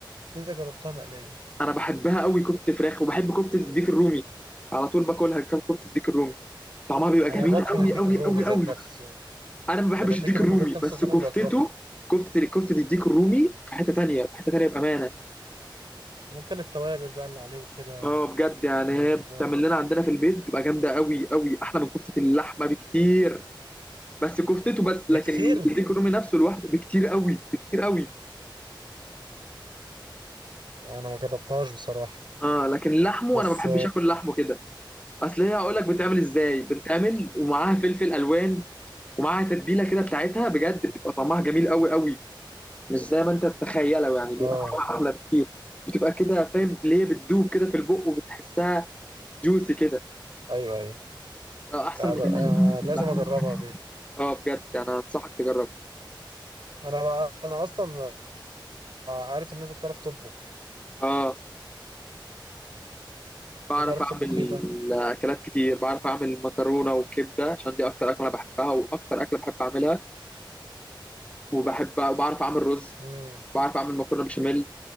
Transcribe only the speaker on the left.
انا بحبها قوي كفته فراخ وبحب كفته الديك الرومي على طول باكلها كف- كفته الديك الرومي طعمها بيبقى
جميل
قوي
قوي
قوي
قوي
انا ما بحبش
الديك
الرومي
بس
كفتته
كفته كفته الديك الرومي في حته تانيه في حته تانيه بامانه
اه بجد يعني
هي بتعمل
لنا عندنا في البيت بتبقى جامده قوي قوي احلى من كفته اللحمه بكتير بس كفتته بس
لكن الديك الرومي نفسه لوحده بكتير قوي بكتير قوي
اه لكن لحمه
انا ما بحبش اكل لحمه كده اصل هي هقول لك بتتعمل ازاي بتتعمل ومعاها فلفل الوان ومعاها تتبيله كده بتاعتها بجد بتبقى طعمها جميل قوي قوي مش زي ما انت تتخيله يعني بيبقى
طعمها احلى بكتير بتبقى كده فاهم اللي هي بتدوب كده في البق وبتحسها جوسي كده
بتبقى احسن
من
اللحمه
اه بجد يعني انا انصحك تجرب
اه بعرف
اعمل
اكلات كتير بعرف اعمل مكرونه وكبده عشان دي اكتر اكله انا بحبها واكتر اكله بحب اعملها وبحبها وبعرف اعمل رز
بعرف اعمل مكرونه بشاميل